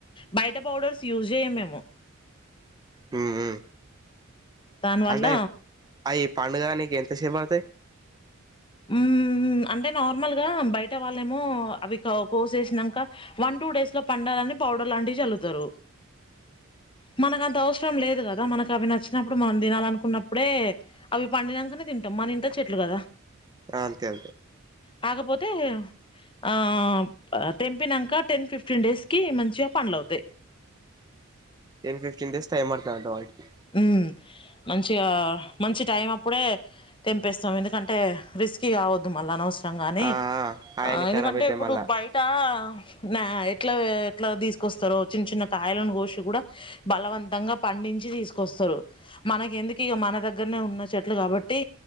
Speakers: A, on the left; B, on the right.
A: బయట పౌడర్స్ యూస్ చెయ్యం మేము
B: హు హు
A: దాని వల్ల
B: అంటే అవి పాండుగానికి ఎంత ఎంత సేపు పడ్తది
A: ఉ అంటే నార్మల్గా బయట వాళ్ళేమో అవి కోసేసినాక వన్ టూ డేస్ లో పండాలని పౌడర్ లాంటివి చల్లువుతారు మనకంత అవసరం రం లేదు కదా మనకు అవి నచ్చినప్పుడు మనం తినాలనుకున్నప్పుడే అవి పండినంకనే తింటాం మన ఇంట్లో చెట్లు కదా
B: అంతే అంతే
A: కాకపోతే ఆ తెంపినంక టెన్ ఫిఫ్టీన్ డేస్కి మంచిగ పండ్లు అవుతాయి
B: టెన్ ఫిఫ్టీన్ డేస్ టైం పడతాదంట వాటికి
A: హ్మ్ మంచిగా మంచి టైం అప్పుడే తెంపేస్తాం ఎందుకంటే రిస్కీ కావద్దు మళ్ళా అనవసరం గానీ
B: ఆ ఆయన్ని
A: ఆ ఎందుకంటే
B: ఖరాబ్ అయితాయి
A: ఇప్పుడు
B: మళ్ళా
A: బయట మ్య ఎట్లా ఎట్లా తీసుకొస్తారో చిన్న చిన్న కాయలను కోసి కూడ బలవంతంగా పండించి తీసుకొ కొస్తరు మనకి ఎందుకు ఇగ మన దగ్గరనే ఉన్న చెట్లు కాబట్టి